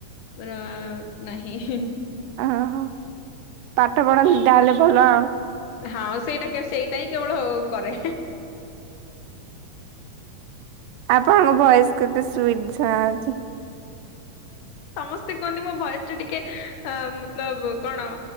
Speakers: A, on the left (about 75°); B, on the right (about 80°).
A: ମୋର ନାହିଁ।
B: ଓହୋ ପାଠ ପଢନ୍ତି ତାହେଲେ ଭଲ ଆଉ।
A: ହଁ ସେଇଟା କେ ସେଇଟା ହିଁ କେବଳ କରେ।
B: ଆପଣଙ୍କ ଭଏସ୍ କେତେ ସୁଇଟ୍ ଶୁଣା ଯାଉଛି।
A: ସମସ୍ତେ କୁହନ୍ତି ମୋ ଭଏସ୍ ଟା ଟିକେ, ଅ ମତଲବ କଣ?